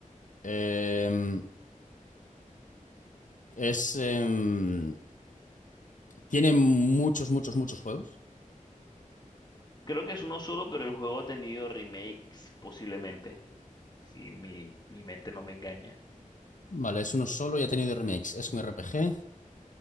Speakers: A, on the left; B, on the left.
A: Em, es. em, tiene muchos, muchos, muchos juegos.
B: Creo que es uno solo, pero el juego ha tenido remakes posiblemente, si mi, mi mente no me engaña.
A: Vale, es uno solo y ha tenido remakes. Es un RPG